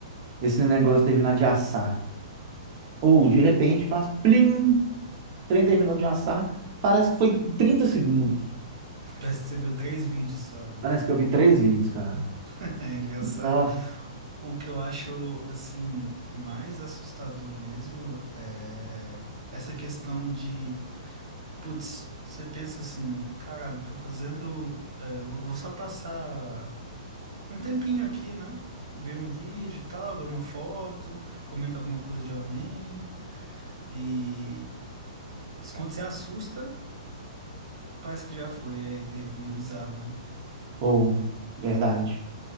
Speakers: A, on the right (about 40°); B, on the right (about 75°).
A: esse negócio terminar de assar. Ou de repente faz plim, o trem terminou de assar. Parece que foi 30 segundos.
B: <laughs> Parece que você viu três vídeos só, né?
A: Parece que eu vi três vídeos, cara.
B: <laughs> É engraçado.
A: Nó,
B: O que eu acho, assim, mais assustador mesmo é essa questão de, putz, você pensa assim, caralho, tô fazendo, é, vou, vou só passar um tempinho aqui, né? Ver um vídeo e tal, ver uma foto, comenta alguma coisa de alguém e quando você assusta, parece que já foi, é, é meio bizarro, né?
A: ou, verdade.